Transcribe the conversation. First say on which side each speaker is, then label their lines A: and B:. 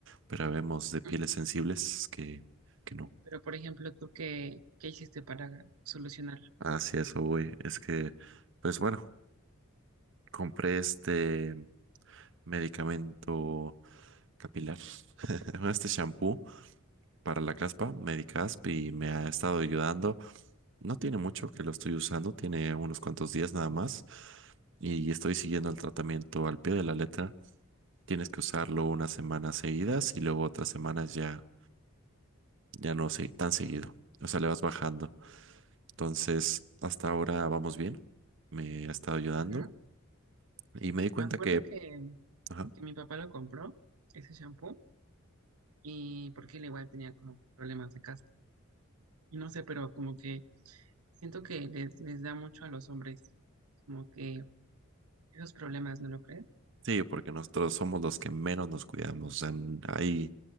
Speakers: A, on the right; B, on the right.
A: pero vemos de pieles
B: Ujú.
A: sensibles que, que no.
B: Pero, por ejemplo, ¿tú qué, qué hiciste para solucionarlo?
A: Así eso voy. Es que, pues bueno, compré este medicamento capilar, <laughs> bueno, este shampoo para la caspa, Medicasp, y me ha estado ayudando. No tiene mucho que lo estoy usando, tiene unos cuantos días nada más, y estoy siguiendo el tratamiento al pie de la letra. Tienes que usarlo unas semanas seguidas y luego otras semanas ya, ya no se- tan seguido. O sea, le vas bajando. Entonces, hasta ahora vamos bien. Me ha estado ayudando
B: Ujú.
A: y me di cuenta
B: Me acuerdo
A: que,
B: que,
A: ajá,
B: que mi papá lo compró, ese shampoo, y porque él igual tenía como problemas de caspa. Y no sé, pero como que siento que les, les da mucho a los hombres, como que esos problemas, ¿no lo crees?
A: sí, porque nosotros somos los que menos nos cuidamos. O sea, n- hay,